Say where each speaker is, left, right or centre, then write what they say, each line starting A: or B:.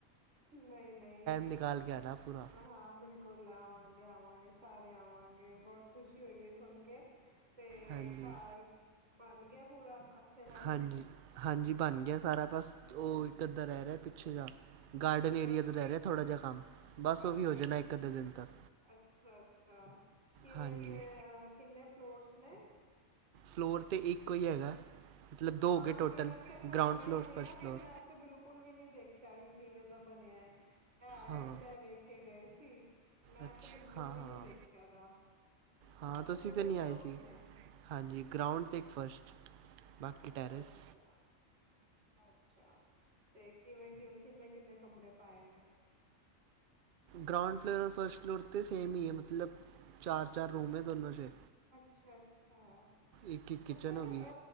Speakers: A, on the right; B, on the right.
A: ਨਈ-ਨਈ,
B: ਨਿਕਾਲ ਕੇ ਆਣਾ ਪੂਰਾ
A: ਹਾਂ ਬੇਲ ਕੋਲਾ ਆਵਾਂਗੇ-ਆਵਾਂਗੇ ਸਾਰੇ ਆਵਾਂਗੇ ਬੋਤ ਖੁਸ਼ੀ ਹੋਈ ਐ ਸੁਣ ਕੇ ਤੇ
B: ਹਾਂਜੀ
A: ਘਰ ਬਣ ਗੇਆ ਪੂਰਾ? ਅੱਛੇ ਨਾਲ
B: ਹਾਂਜੀ-ਹਾਂਜੀ ਬਣ ਗੇਆ ਸਾਰਾ ਬਸ ਓ ਇੱਕ ਅੱਧਾ ਰੈ ਰੇਆ ਪੀਛੇ ਜਾ ਗਾਰਡਨ ਏਰੀਆ
A: ਅੱਛ
B: ਰੈ ਰੇਆ ਥੋੜਾ ਜਾ ਕੰਮ, ਬਸ
A: ਅੱਛਾ-ਅੱਛਾ,
B: ਓ ਵੀ ਹੋ ਜਾਣਾ ਇੱਕ ਅੱਧੇ ਦੇਨ ਤੱਕ।
A: ਅੱਛਾ-ਅੱਛਾ, ਕਿਵੇਂ-ਕਿਵੇਂ
B: ਹਾਂਜੀ
A: ਆ ਕਿੰਨੇ ਫਲੋਰਸ ਨੇ?
B: ਫਲੋਰ ਤੇ ਈਕੋ ਈ ਹੈਗਾ। ਮਤਲਬ ਦੋ ਹੋ
A: ਆਂ
B: ਗਏ
A: ਮੇਰਾ
B: ਟੋਟਲ
A: ਚੱਕਰ
B: ਗਰਾਊਂਡ
A: ਲੱਗੇਆ
B: ਫਲੋਰ
A: ਨੀ
B: ਫਸਟ
A: ਨਾ
B: ਫਲੋਰ
A: ਤੇ ਮੈਂ ਤੇ ਬੇਲਕੁਲ ਵੀ ਨੀ ਦੇਖਿਆ ਕੇ ਕੇਵੇਂ ਦਾ ਬਨੇਆ ਐ, ਆਏ
B: ਹਾਂ
A: ਸੀ ਤੇ ਏ ਵੇਖ ਕੇ ਗਏ ਸੀ। ਮੈਂ
B: ਅੱਛਾ
A: ਤੇ ਬੇਲਕੁਲ
B: ਹਾਂ
A: ਵੀ
B: ਹਾਂ
A: ਨਈ ਦੇਖੇਆ ਦਾ,
B: ਹਾਂ
A: ਅੱਛਾ
B: ਤੁਸੀਂ
A: ਦੋ
B: ਤਾਂ ਨਹੀਂ
A: ਫਲੋਰਸ
B: ਆਏ ਸੀ
A: ਨੇ?
B: ਹਾਂਜੀ ਗਰਾਊਂਡ ਤੇ ਏ ਫਸਟ। ਬਾਕੀ
A: ਅੱਛਾ-ਅੱਛਾ
B: ਟੈਰੇਸ
A: ਅੱਛਾ ਤੇ ਕੇਵੇਂ-ਕੇਵੇਂ ਕੀਨੇ-ਕੀਨੇ ਕਮਰੇ ਪਾਏ ਨੇ?
B: ਗਰਾਊਂਡ ਫਲੋਰ ਫਸਟ ਫਲੋਰ ਤਾਂ ਸੇਮ ਹੀ ਐ ਮਤਲਬ ਚਾਰ-ਚਾਰ ਰੂਮ ਐ ਦੋਨਾਂ ਚ।
A: ਅੱਛਾ-ਅੱਛਾ
B: ਇੱਕ ਇੱਕ ਕਿਚਨ
A: ਪਰ
B: ਹੋ ਗਈ
A: ਆ